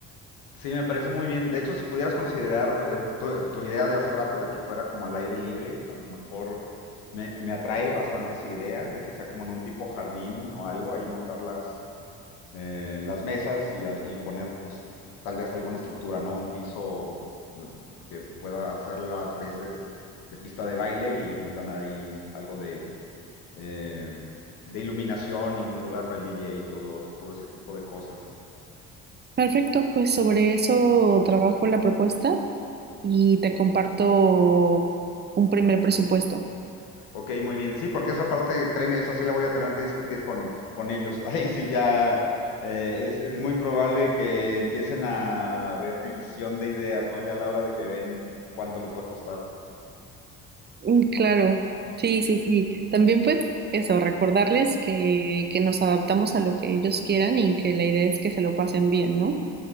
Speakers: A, on the left; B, on the right.
A: Sí, me parece muy bien. De hecho, si pudieras considerar eh, tu, tu idea de hace rato de que fuera como al aire libre, a lo mejor me, me atrae bastante esa idea de que sea como en un tipo jardín o algo, ahí montar las, eh, las mesas y, al- y poner pues tal vez alguna estructura, ¿no? Un piso eh, que pueda hacer las veces de pista de baile y montar ahí algo de, eh, de iluminación y un lugar para el DJ y todo, todo ese tipo de cosas.
B: Perfecto, pues sobre eso trabajo la propuesta y te comparto un primer presupuesto.
A: Ok, muy bien. Sí, porque esa parte, créeme, esa sí la voy a tener que discutir con, con ellos. <laughs> Ahí sí ya eh, es, es muy probable que empiecen a ver división de ideas, ¿no? Ya a la hora de que ven cuánto les va a costar.
B: Mm, Claro, sí, sí, sí. También pues eso, recordarles que, que nos adaptamos a lo que ellos quieran y que la idea es que se lo pasen bien, ¿no?